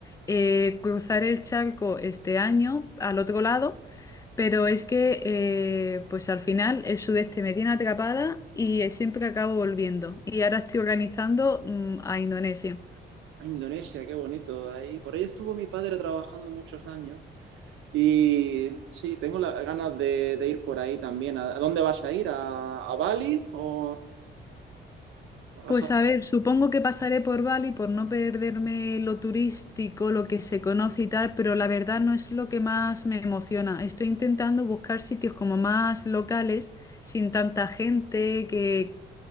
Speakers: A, on the left; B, on the right.
A: eh, cruzar el charco este año al otro lado, pero es que eh, pues al final el sudeste me tiene atrapada y eh, siempre acabo volviendo. Y ahora estoy organizando mm, a Indonesia.
B: Ah, Indonesia, qué bonito ahí. Por ahí estuvo mi padre trabajando muchos años y sí, tengo las ganas de, de ir por ahí también. ¿A, a dónde vas a ir? ¿A, a Bali o vas
A: Pues
B: a...
A: a ver, supongo que pasaré por Bali por no perderme lo turístico, lo que se conoce y tal, pero la verdad no es lo que más me emociona. Estoy intentando buscar sitios como más locales, sin tanta gente, que,